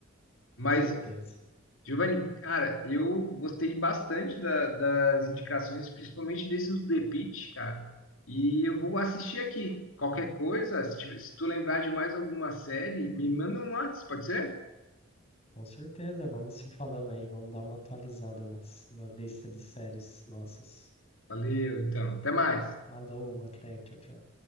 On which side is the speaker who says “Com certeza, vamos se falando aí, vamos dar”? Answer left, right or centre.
Left